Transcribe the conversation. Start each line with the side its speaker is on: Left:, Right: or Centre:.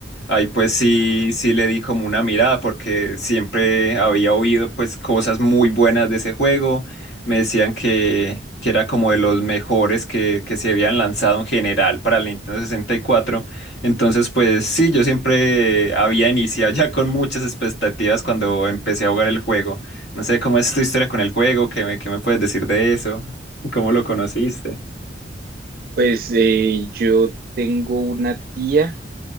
Left: Ahí pues sí, sí le di como una mirada porque siempre había oído pues cosas muy buenas de ese juego, me decían que, que era como de los mejores que, que se habían lanzado en general para el Nintendo sesenta y cuatro entonces, pues sí, yo siempre había iniciado ya con muchas expectativas cuando empecé a jugar el juego. No sé cómo es tu historia con el juego, qué me, qué me puedes decir de eso, <laughs> cómo lo conociste.
Right: Pues eh, yo tengo una tía.